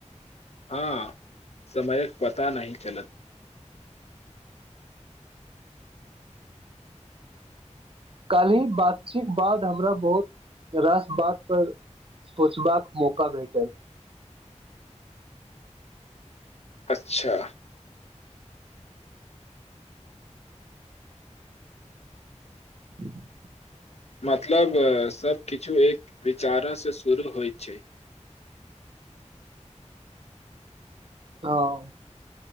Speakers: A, on the left; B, on the right.
A: हँ समयक पता नाहि चलत
B: काल्हि बातचीत बाद हमरा बहुत रास बातपर सोचबाक मौका भेटल
A: अच्छा
B: <inaudible>
A: मतलब सभकिछु एक विचारोसँ शुरू होइत छै
B: हॅं